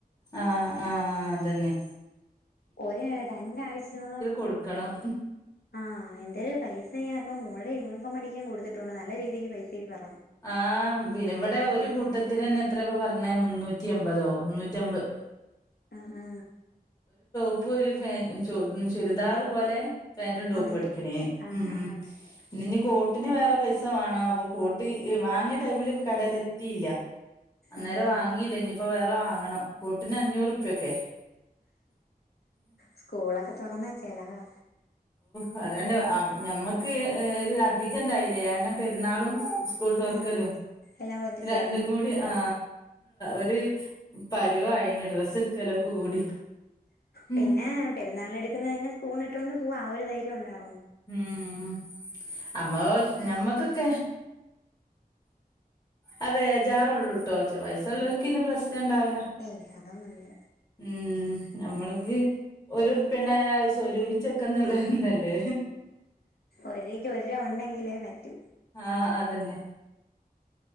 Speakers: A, on the left; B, on the left.
A: ആഹ് ആഹ് അത് തെന്നെ
B: ഒര് രണ്ടാഴ്ച്ചയോളം
A: കൊടുക്കണം
B: ആ എന്തൊരു പൈസയാ ഇപ്പം മോൾടെ യൂണി ഫോമടിക്കാൻ കൊടുത്തിട്ടുണ്ട് നല്ല രീതിക്ക് പൈസേം പറ
A: ആഹ് പിന്നെ ഇവിട് ഒരു കൂട്ടത്തിന് തന്നെ എത്രയാപ്പ പറഞ്ഞേ മുന്നൂറ്റി എമ്പതോ മുന്നൂറ്റി അമ്പത്
B: ആ ആ
A: ഇപ്പൊ ഒരു ഫെ ച്ചു ചുരിദാർ പോലെ പാന്റും ടോപ്പും
B: ആന്നല്ലേ
A: അടിക്കണേന്
B: ആഹ്
A: ഉം
B: ആഹ്
A: ഇന്ന് ഞ്ഞി കോ പിന്നെ വേറെ പൈസ മാണം അപ്പ കോട്ട് ട്ട് വാങ്ങിയ ടൈമില് കടെൽ എത്തിയില്ല. അന്നേരം
B: ആഹ്
A: വാങ്ങിയില്ല ഇനിപ്പോ വേ വേറെ വാങ്ങണം കൂട്ടിന് അഞ്ഞൂർപ്പിയ കെ
B: സ്കൂളൊക്കെ തുറന്നാ ചെലവാ
A: പറയണ്ട ആ ഞമ്മക്ക് ഹ് ഒരു അധികം ന്തായില്ലേ കാരണം പെരുന്നാളും സ്കൂൾ തുറക്കലും
B: ഉം എല്ലാം കൂടെ ഒന്ന്
A: രണ്ടും
B: ചേർന്ന്
A: കൂടി ആ ഒരു പരുവ ആയീന് ഡ്രസ്സ് എടുക്കലൊക്കെ കൂടി
B: പിന്നെ
A: ഉം
B: പെരുന്നാളിനെടുക്കുന്നത് തന്നെ സ്കൂളിന്ട്ടോണ്ട് പോവാ ആ ഒരു ധൈര്യ ര്യം ഉണ്ട
A: ഉം അമ്മോ ഞമ്മക്കൊക്കെ ആ വേജാറള്ളൂ. ടോച്ച വയസ്സുള്ളോൽക്ക്
B: ആഹ്
A: പിന്നെ പ്രശ്നണ്ടാവില്ല
B: ഏയ് അതൊന്നുല്ല
A: ഉം നമ്മൾക്ക് ഒരു ർപ്പ്യണ്ടായ അത് സ്വരൂപിച്ചൊക്കന്നുള്ള തല്ലേ
B: ഒരുയ്ക്കു ഒരിരൂപ ഒണ്ടെങ്കിലേ പറ്റൂ
A: ആഹ് അതന്നെ